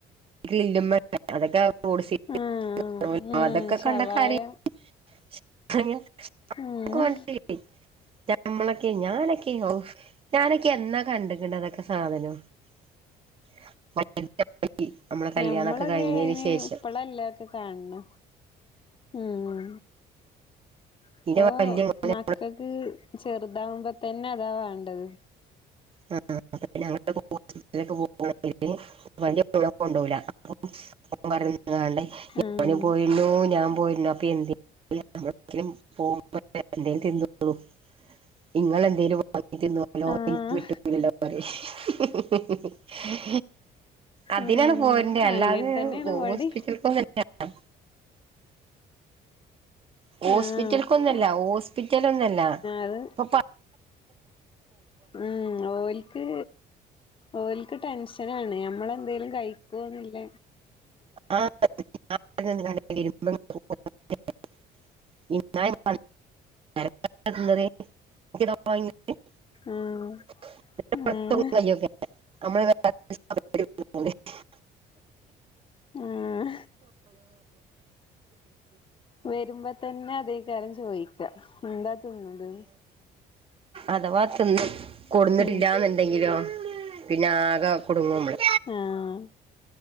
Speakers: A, on the right; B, on the left.
A: ഗ്രില്ല്മ്മെ അതെക്കെ <unintelligible> സീറ്റ്
B: ഉം
A: <unintelligible> അതൊക്കെ
B: ശവായ
A: കണ്ട കരയും <unintelligible> അവക്ക്
B: ഉം
A: വേണ്ടത് കിട്ടി <unintelligible> നമ്മളൊക്കെ ഞാനെ ക്കയോ ഞാന ക്കെന്നാ കണ്ട്ക്ക്ണ് അതൊക്കെ സാധനം <unintelligible> നമ്മളെ കല്യാണൊക്കെ
B: ഞമ്മളൊക്കെ
A: കഴിഞ്ഞതിന്
B: അയിന്
A: ശേഷം
B: ഇപ്പളല്ലേ ഒക്കെ കാണ്‌ണ് ഉം ഇപ്പൊ
A: ഇന്റെ വല്യ മോന്
B: മക്കക്ക് ചെറുതാവുമ്പോ തന്നെ അതാ വേണ് ണ്ടത്
A: ആ ഞങ്ങള് ഹോസ്പിറ്റലക്കെ പോവാണെങ്കില് വല്ല്യ മോനെ കൊണ്ടോവൂല അപ്പൊ ഓൻ പറയും ഞ്ഞ്ങ്ങാണ്ടെ ഞാനും
B: ഉം
A: പോയിന്നൂ ഞാൻ പോര്ണ അപ്പൊ എന്തേലും <unintelligible> തിന്നോളും ഇങ്ങള് എന്തേലും വാങ്ങിതിന്നോലോ
B: ആഹ്
A: <unintelligible> <unintelligible> അതിനാണ്
B: ഉം
A: പോരണ്ടെ അല്ലാതെ
B: അങ്ങൻ തന്നേണ്
A: ഹോസ്പിറ്റൽ
B: ഇവടിം
A: കാണിക്കണ്ട ഹോസ്പിറ്റൽക്കൊന്നല്ല
B: ആഹ്
A: ഹോസ്പിറ്റലൊന്നല്ല
B: അത്
A: ഇപ്പൊ പ
B: ഉം ഓൾക്ക് ഓൾക്ക് ടെൻഷ് ഷനാണാ നമ്മളെന്തേലും കഴിക്കയൊന്നുംല്ല
A: ആഹ്ആ പത്ത് ആഹ് <unintelligible> ഇക് ഞാ <unintelligible>
B: ആഹ് ആഹ്
A: അതെ
B: ഉം വരുമ്പോ തന്നെ അതേകാരം ചോദിക്ക എന്താ തിന്നത്
A: അതവാ തിന്ന് കൊടുന്നിട്ടില്ലാന്നുണ്ടെങ്കിലോ
B: ഉം
A: പിന്നെ ആകേ ടുങ്ങു മ്മള്
B: ആഹ്